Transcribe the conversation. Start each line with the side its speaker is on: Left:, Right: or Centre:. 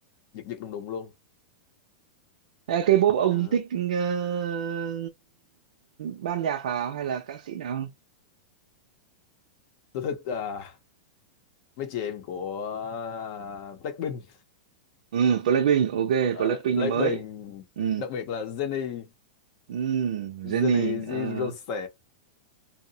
Left: giật giật đùng đùng luôn
Right: À, K-pop ông
Left: Ờ,
Right: thích ờ, ban nhạc nào hay là ca sĩ nào?
Left: tôi thích ờ, mấy chị em của ờ, Blackpink
Right: Ừ, Blackpink, ok,
Left: Ờ,
Right: Blackpink
Left: Blackpink
Right: là mới. Ừ.
Left: đặc biệt là Jennie
Right: Ừ,
Left: Jennie
Right: Jennie,
Left: Jirose
Right: ờ,